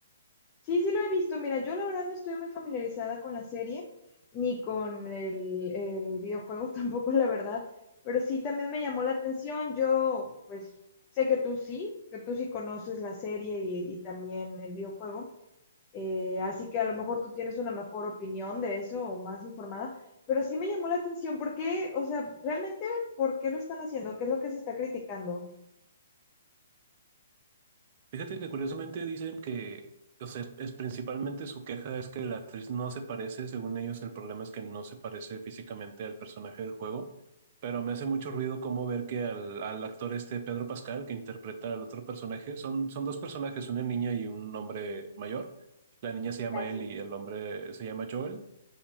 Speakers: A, on the left; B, on the right.
A: Sí, sí lo he visto. Mira, yo la verdad no estoy muy familiarizada con la serie, ni con el, el videojuego <laughs> tampoco, la verdad, pero sí también me llamó la atención. Yo, pues, sé que tú sí, que tú sí conoces la serie y, y también el videojuego, eh, así que a lo mejor tú tienes una mejor opinión de eso o más informada, pero sí me llamó la atención. ¿Por qué? O sea, realmente, ¿por qué lo están haciendo? ¿Qué es lo que se está criticando?
B: Fíjate que curiosamente dicen que, o sea, es, es principalmente su queja es que la actriz no se parece, según ellos el problema es que no se parece físicamente al personaje del juego, pero me hace mucho ruido cómo ver que al, al actor este Pedro Pascal, que interpreta al otro personaje, son, son dos personajes, una niña y un hombre mayor. La niña se llama
A: Gracias.
B: Ellie y el hombre se llama Joel,